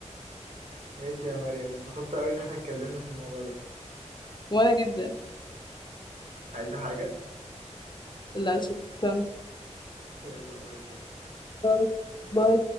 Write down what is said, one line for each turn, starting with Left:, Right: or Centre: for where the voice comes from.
Right: ماشي يا مريم اتبسطت قوي ان احنا اتكلمنا في الموضوع ده
Left: وانا جدا
Right: عايزة حاجة
Left: لا شكرا
Right: يلا باي باي
Left: باي باي